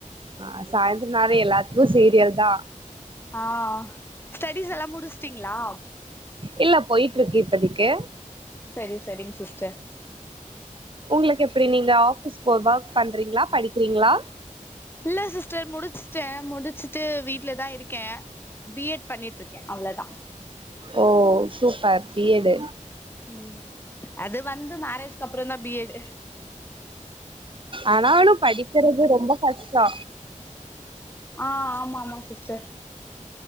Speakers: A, on the right; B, on the left.
A: ஆ சாயந்தரோ நாளே எல்லாத்துக்கு சீரியல் தா
B: ஆ ஸ்டடிஸ் எல்லா முடிச்ட்டீங்களா
A: இல்ல போயிட்ருக்கு இப்பதிக்கு
B: சரி சரிங் சிஸ்டர்
A: உங்களுக்கு எப்டி நீங்க ஆஃபீஸ் போ ஒர்க் பண்றீங்களா படிக்கிறீங்களா
B: இல்ல சிஸ்டர் முடிச்ட்டே முடிச்சுட்டு வீட்லதா இருக்கே பி எட் பண்ணிட்டு இருக்கே அவ்ளதா
A: ஓ சூப்பர் பி
B: ம்
A: எட்
B: ம் அது வந்து மேரேஜ்க்கு அப்ற தா பி ஏட்
A: ஆனா ஒன்னு படிக்கிறது ரொம்ப கஷ்டோ
B: ஆ ஆமா ஆமா சிஸ்டர்